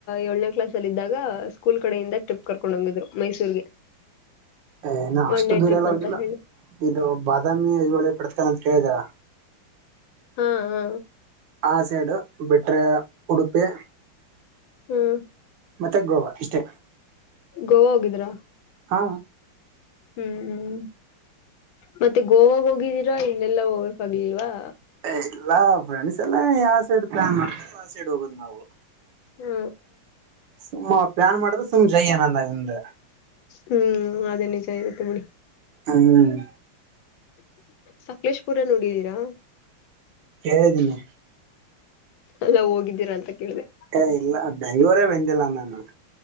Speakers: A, on the left; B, on the right.
A: ಏಳನೇ ಕ್ಲಾಸ್ ಅಲ್ಲಿ ಇದಿದ್ದಾಗ ಸ್ಕೂಲ್ ಕಡೆಯಿಂದ ಟ್ರಿಪ್ ಕರ್ಕೊಂಡು ಹೋಗಿದ್ರು ಮೈಸೂರ್ಗೆ
B: ಏ ಇ ನಾ ಅಷ್ಟು
A: ಒನ್ ಡೇ
B: ದೂರ
A: ಟ್ರಿಪ್
B: ಎಲ್ಲ ಹೋಗಿಲ್ಲ
A: ಅಂತ ಹೇಳಿ
B: ಇದು ಬಾದಾಮಿಳಿ ಪಡ್ಕಲ್ಲ ಅಂತ ಕೇಳಿದೀರಾ
A: ಹಾ ಹಾ
B: ಆ ಸೈಡು ಬಿಟ್ರೆ ಉಡುಪಿ
A: ಹ್ಮ್
B: ಮತ್ತೆ ಗೋವಾ ಇಷ್ಟೇ
A: ಗೋವಾ ಹೋಗಿದ್ರಾ
B: ಹಾ
A: ಹ್ಮ್ ಹ್ಮ್ ಮತ್ತೆ ಗೋವಾ ಹೋಗಿದ್ದೀರಾ ಇಲ್ಲೆಲ್ಲಾ ಹೋಗಕ್ ಆಗ್ಲಿಲ್ವಾ
B: ಎಲ್ಲಾ ಫ್ರೆಂಡ್ಸ್ ಎಲ್ಲ ಯಾವ ಸೈಡ್ ಪ್ಲಾನ್ ಮಾಡತ ಆಾವ ಸೈಡ್ ಹೋಗೋದ್ ನಾವು
A: ಹೌ
B: ಸುಮ್ಮ್ ಪ್ಲಾನ್ ಮಾಡಿದ್ರೆ ಸುಮ್ಮ್ ಜೈ್ಯನ ನಿಂದ
A: ಹ್ಮ್ ಅದೇ ನಿಜ ಇರುತ್ತೆ ಬಿಡಿ
B: ಹ್ಮ್
A: ಸಕ್ಲೇಶ್ ಪುರ ನೋಡಿದೀರಾ
B: ಹೇಳಿದ್ದೀನಿ
A: ಅಲ್ಲ ಹೋಗಿದ್ದೀರಾ ಅಂತ ಕೇಳಿದೆ
B: ಏ ಇಲ್ಲ ದಯವರೇ ಬಂದಿಲ್ಲ ನಾನು